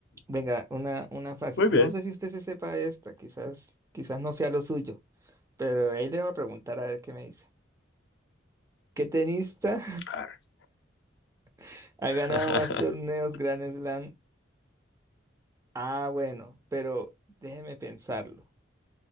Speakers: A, on the right (about 15°); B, on the left (about 60°).
A: Venga, una, una fácil.
B: Muy bien.
A: No sé si usted se sepa esta, quizás, quizás no sea lo suyo, pero ahí le voy a preguntar a ver qué me dice. ¿Qué tenista
B: A ver.
A: <laughs> ha
B: <laughs>
A: ganado más torneos Grand Slam? Ah, bueno, pero déjeme pensarlo.